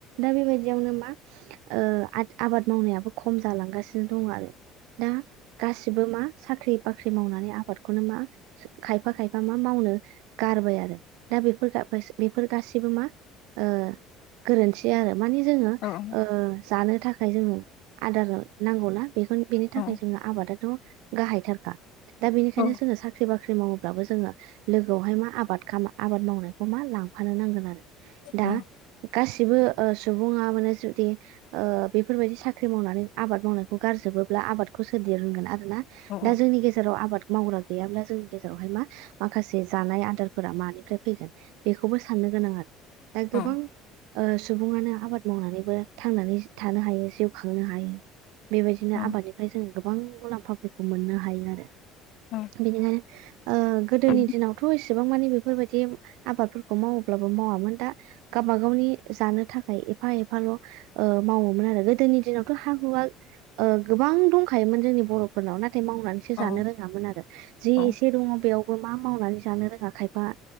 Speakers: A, on the right; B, on the left.
A: दा बेबायदियावनो मा ओ आद आबाद मावनायाबो खम जालांगासिनो दं आरो दा गाससि बो मा साख्रि बाख्रि मावनानै आ आबादखौनो मा खायफा खायफा मा मावनो गारबाय आरो दा बेफोर <unintelligible> बेफोर गासबो सिबो मा ओ गोरोनथि आरो मानि जोङो
B: औ
A: ओ जानो थाखाय जोंनो आदार नांगौ ना बेखोन बेनि थाखाय
B: औ
A: जोङो आबादाथ' गाहायथारखा दा बेनिखायनो
B: अ
A: जोङो साख्रि बाख्रि साख्रि मावोब्लाबो जोङो लोगोआवहाय मा आबाद आबाद मावनायखौ मा लांफानो नांगोन आरो दा
B: अ
A: गासिबो सुबुङा माने जुदि ओ बेफोरबायदि साख्रि मावनानै आबाद मावनायखौ गारजोब <unintelligible> आबादखौ सोर दिरुनगोन आरोना
B: अ
A: दा जोंनि गेजेराव आबाद मावग्रा गैयाब्ला जोंनि गेजेराव हाय मा माखासे जानाय आदारफोरा मानिफ्राय फैगोन बेखौ बो साननो गोनां आरो दा
B: अ
A: गोबां सुबुङानो आबाद मावनानैबो थांनानै थानो हायो जिउ खांनो हायो बेबायदिनो
B: अ
A: आबादनिफ्राय जोंङो गोबां मुलाम्फाफोरखौ मोननो हायो आरो
B: अ
A: बेनिखायनो गोदोनि
B: अ
A: दिनावथ' एसेबां मानि बेफोरबायदि आबादफोरखौ मावोब्लाबो मावा दा गावबा गावनि जानो थाखाय एफा एफाल' मावोमोन आरो गो दोनि दिनावथ' हा हुवा ओ गोबां दंखायोमोन जोंनि बर'फोरनाव नाथाय मावनानै जानो
B: अ
A: रोङामोन आरो जि
B: अ
A: एसे दङ बेयाव मा मावनानै जानो रोङा खायफा